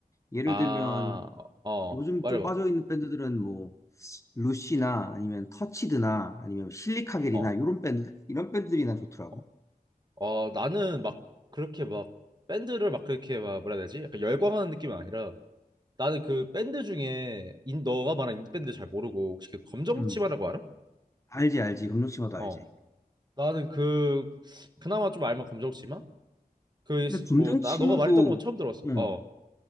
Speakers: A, on the left; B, on the right.
A: 예를
B: 아,
A: 들면
B: 어,
A: 요즘
B: 말해봐.
A: 좀 빠져 있는 밴드들은 뭐 루시나 아니면 터치드나 아니면 실리카겔이나
B: 어,
A: 이런 밴드 이런 밴드들이 난 좋더라고.
B: 어, 어, 나는 막 그렇게 막 밴드를 막 그렇게 막 뭐라 해야 되지? 약간 열광하는 느낌은 아니라 나는 그 밴드 중에 인, 너가 말한 인디 밴드 잘 모르고 혹시 그 검정치마라고
A: 음,
B: 알아?
A: 알지, 알지. 검정 치마도 알지.
B: 어. 나는 그 그나마 좀 알만 검정치마? 그뭐나
A: 근데 검정 치마도,
B: 너가 말했던 건 처음 들었어.
A: 음,
B: 어.